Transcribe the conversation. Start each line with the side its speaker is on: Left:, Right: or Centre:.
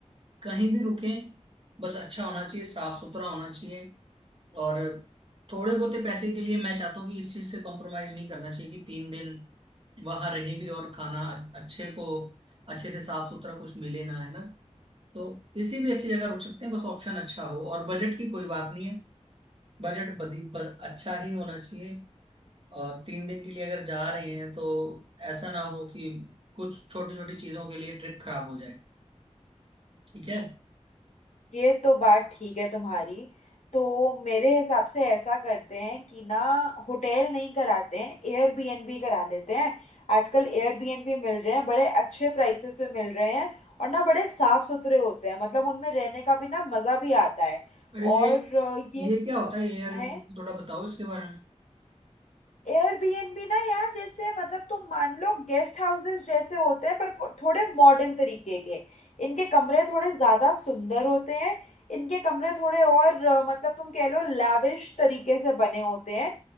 Right: कहीं भी रुके बस अच्छा होना चाहिए साफ सुथरा होना चाहिए और थोड़े बहुत पैसे के लिए मैं चाहता हूँ कि इस चीज से कॉम्प्रोमाइज नहीं करना चाहिए कि तीन दिन वहां रहें भी और खाना अ- अच्छे को अच्छे से साफ सुथरा कुछ मिले ना है ना तो किसी भी अच्छी जगह रुक सकते हैं बस ऑप्शन अच्छा हो और बजट की कोई बात नहीं है बजट बदी पर अच्छा ही होना चाहिए और तीन दिन के लिए अगर जा रहे हैं तो ऐसा ना हो कि कुछ छोटी छोटी चीजों के लिए ट्रिप खराब हो जाए ठीक है
Left: ये तो बात ठीक है तुम्हारी तो मेरे हिसाब से ऐसा करते हैं कि ना होटल नहीं कराते हैं एयरबीएनबी करा लेते हैं आजकल एयरबीएनबी मिल रहे हैं बड़े अच्छे प्राइसेस पे मिल रहे हैं और ना बड़े साफ सुथरे होते हैं मतलब उनमें रहने का भी ना मज़ा भी आता है
Right: अरे
Left: और
Right: ये
Left: अ, ये
Right: ये क्या होता है यार
Left: है
Right: थोड़ा बताओ इसके बारे में
Left: एयरबीएनबी ना यार जैसे मतलब तुम मान लो गेस्ट हाउसेस जैसे होते हैं पर थोड़े मॉडर्न तरीके के इनके कमरे थोड़े ज्यादा सुंदर होते हैं इनके कमरे थोड़े और अ, मतलब तुम कह लो लैविश तरीके से बने होते हैं